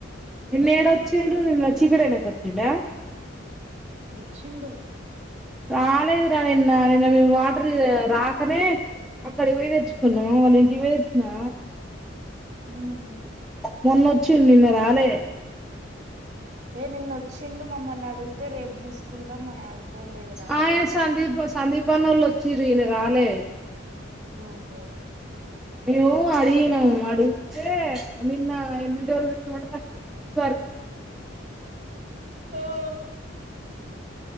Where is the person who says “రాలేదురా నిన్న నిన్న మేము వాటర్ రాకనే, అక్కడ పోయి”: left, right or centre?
Centre